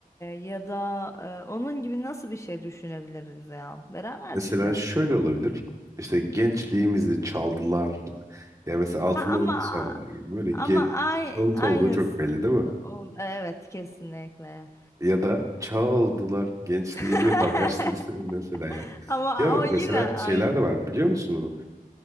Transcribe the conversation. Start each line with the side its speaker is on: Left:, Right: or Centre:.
Left: ya da e, onun gibi nasıl bir şey düşünebiliriz ya beraber
Right: Mesela
Left: düşünelim
Right: şöyle olabilir. İşte gençliğimizi çaldılar. <laughs> Yani mesela altınlarımızı
Left: ha, ama
Right: çaldılar gibi. Böyle ge
Left: ama ay,
Right: çalıntı
Left: aynısı
Right: olduğu çok belli değil mi?
Left: o- evet kesinlikle
Right: Ya da çaldılar gençliğimi
Left: <laughs>
Right: habersiz <laughs> mesela ya.
Left: ama
Right: Ya bak
Left: o yine
Right: mesela
Left: aynı
Right: şeyler de var biliyor musun onu?